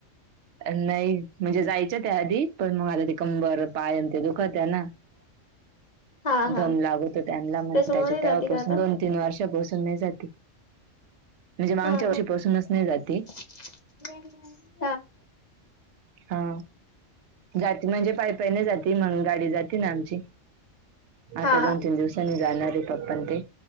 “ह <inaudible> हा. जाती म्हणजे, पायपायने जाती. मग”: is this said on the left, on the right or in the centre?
Right